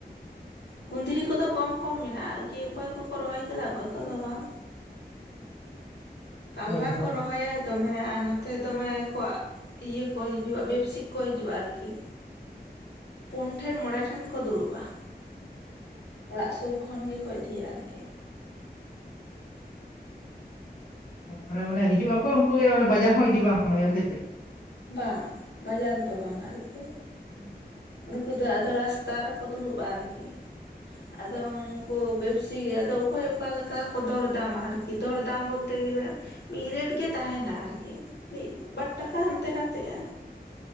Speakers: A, on the left; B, on the left.
A: ᱠᱩᱸᱫᱽᱨᱤ ᱠᱚᱫᱚ ᱠᱚᱢ ᱠᱚᱢ ᱢᱮᱱᱟᱜᱼᱟ ᱟᱨᱠᱤ ᱚᱠᱚᱭ ᱠᱚᱠᱚ ᱨᱚᱦᱚᱭ ᱠᱟᱫᱟ ᱚᱠᱚᱭ ᱠᱚᱫᱚ ᱵᱟᱝ, ᱠᱟᱞᱞᱟ
B: ᱦᱳᱭ ᱦᱳᱭ
A: ᱠᱚ ᱨᱚᱦᱚᱭᱟ, ᱫᱚᱢᱮ ᱟᱨ ᱱᱚᱛᱮ ᱫᱚᱢᱮ ᱠᱚ ᱤᱭᱟᱹ ᱠᱚ ᱦᱤᱡᱩᱜᱼᱟ, ᱵᱮᱯᱥᱤᱠ ᱠᱚ ᱦᱤᱡᱩᱜᱼᱟ ᱟᱨᱠᱤ᱾ ᱯᱳᱱ ᱴᱷᱮᱱ ᱢᱚᱬᱮᱴᱷᱮᱱ ᱠᱚ ᱫᱩᱲᱩᱵ ᱟ᱾ ᱚᱲᱟᱜ ᱥᱳᱨ ᱠᱷᱚᱱ ᱜᱮᱠᱚ ᱤᱫᱤᱭᱟ ᱟᱨᱠᱤ᱾
B: ᱦᱮᱸ ᱮ ᱢᱟᱱᱮ ᱦᱤᱡᱩᱜ ᱟᱠᱚ ᱩᱱᱠᱩ ᱜᱮ ᱢᱟᱱᱮ ᱵᱟᱡᱟᱨ ᱦᱚᱸ ᱤᱫᱤ ᱵᱟᱝ ᱦᱩᱭᱩᱜᱼᱟ ᱥᱮ ᱪᱮᱫ?
A: ᱵᱟᱝ, ᱵᱟᱡᱟᱨ ᱫᱚ ᱵᱟᱝ ᱟᱨᱠᱤ᱾
B: <inaudible>
A: ᱱᱩᱠᱩ ᱫᱚ ᱟᱫᱚ ᱨᱟᱥᱛᱟ ᱨᱮᱠᱚ ᱫᱩᱲᱩᱵᱼᱟ ᱟᱨᱠᱤ᱾ ᱟᱫᱚ ᱠᱚ ᱵᱮᱯᱥᱤ ᱜᱮ ᱟᱫᱚ ᱚᱠᱚᱭ ᱚᱠᱟ ᱞᱮᱠᱟ ᱠᱚ ᱫᱚᱨᱫᱟᱢᱟ ᱟᱨᱠᱤ ᱫᱚᱨᱫᱟᱢ ᱵᱚᱞᱛᱮ ᱜᱮᱞᱮ ᱢᱤᱜ ᱨᱮᱴ ᱜᱮ ᱛᱟᱦᱮᱱᱟ᱾ ᱟᱨᱠᱤ ᱢᱤᱫ ᱵᱟᱨ ᱴᱟᱠᱟ ᱦᱟᱱᱛᱮ ᱦᱟᱱᱛᱮ ᱱᱟᱛᱮᱜᱼᱟ,